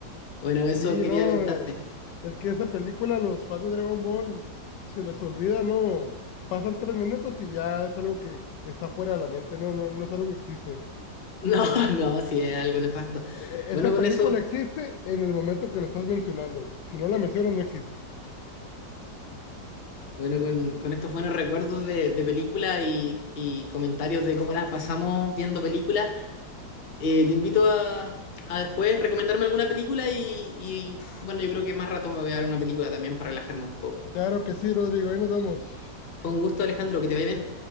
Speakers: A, on the left; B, on the left.
A: Bueno, eso
B: Sí,
A: quería
B: no,
A: contarte.
B: eh, es que esa película, los fans de Dragon Ball, se les olvida, ¿no? Pasan tres minutos y ya es algo que está fuera de la mente, no, no, no es algo que existe.
A: <laughs> No, no, sí, es algo nefasto.
B: E- e-
A: Bueno,
B: esa
A: con
B: película
A: eso,
B: existe en el momento que la estás mencionando. Si no la mencionas, no existe.
A: bueno, con, con estos buenos recuerdos de, de películas y, y comentarios de cómo las pasamos viendo películas, eh, te invito a, a después recomendarme alguna película y, y, bueno, yo creo que más rato me voy a ver una película también para relajarme un poco.
B: Claro que sí, Rodrigo, ahí nos vemos.
A: Fue un gusto, Alejandro, que te vaya bien.